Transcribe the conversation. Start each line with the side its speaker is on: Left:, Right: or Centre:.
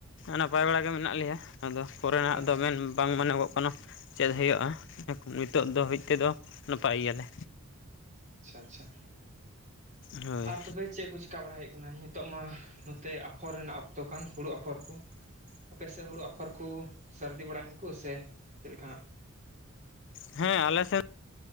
Left: ᱱᱟᱯᱟᱭ ᱵᱟᱲᱟ ᱜᱮ ᱢᱮᱱᱟᱜ ᱞᱮᱭᱟ ᱟᱫᱚ ᱯᱚᱨᱮᱱᱟᱜ
Right: ᱮᱠᱟᱞ
Left: ᱫᱚ ᱢᱮᱱ ᱵᱟᱝ ᱢᱮᱱᱟᱱᱚᱜᱚᱜ ᱠᱟᱱᱟ ᱪᱮᱫ ᱦᱩᱭᱩᱜᱼᱟ ᱱᱤᱛᱚᱜ ᱫᱚ ᱦᱟᱹᱤᱡ ᱛᱮᱫᱚ ᱱᱟᱯᱟᱭ ᱜᱮᱭᱟᱞᱮ᱾
Right: ᱟᱪᱪᱷᱟ ᱟᱪᱪᱷᱟ
Left: ᱦᱳᱭ
Right: ᱟᱨ ᱛᱚᱵᱮ ᱪᱮᱫ ᱠᱚ ᱪᱮᱠᱟ ᱵᱟᱲᱟᱟᱭ ᱦᱩᱭᱩᱜ ᱠᱟᱱᱟ᱾ ᱱᱤᱛᱚᱜ ᱢᱟ ᱱᱚᱛᱮ ᱟᱯᱷᱚᱨ ᱨᱮᱱᱟᱜ ᱚᱠᱛᱚ ᱠᱟᱱ ᱦᱩᱲᱩ ᱟᱯᱷᱚᱨ ᱠᱚ᱾ ᱟᱯᱮᱥᱮᱫ ᱦᱩᱲᱩ ᱟᱯᱷᱚᱨᱠᱩ ᱥᱟᱹᱨᱫᱤ ᱵᱟᱲᱟᱭᱱᱟᱠᱚ ᱥᱮ ᱪᱮᱫᱮᱠᱟ᱾
Left: ᱦᱮᱸ ᱟᱞᱮ ᱥᱮᱱ